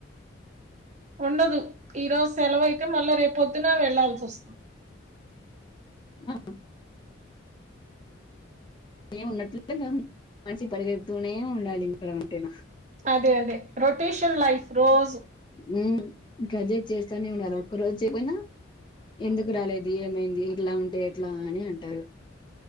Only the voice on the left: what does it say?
<unintelligible> ఉన్నట్లు <unintelligible> పరిగెడుతూనే ఉండాలి ఇక్కడ ఉంటేనా
ఊ ఇంక అదే చేస్తానే ఉండాలి ఒక్క రోజు చేయపోయినా ఎందుకు రాలేదు ఏమైంది ఇట్లా ఉంటే ఎట్లా అని అంటారు.